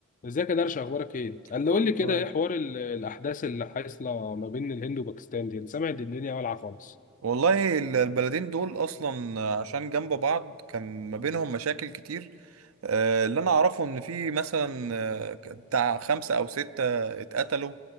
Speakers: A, on the left; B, on the right.
A: ازيك يا درش اخبارك ايه؟ قال
B: بقول
A: قول
B: لك
A: لي كده
B: تمام
A: ايه حوار ال- الاحداث اللي حاصله ما بين الهند وباكستان دي؟ انا سامع ان الدنيا والعه خالص.
B: والله ال- البلدين دول اصلا عشان جنب بعض كان ما بينهم مشاكل كتير آه، اللي انا اعرفه ان في مثلا آه، بتاع خمسة او ستة اتقتلوا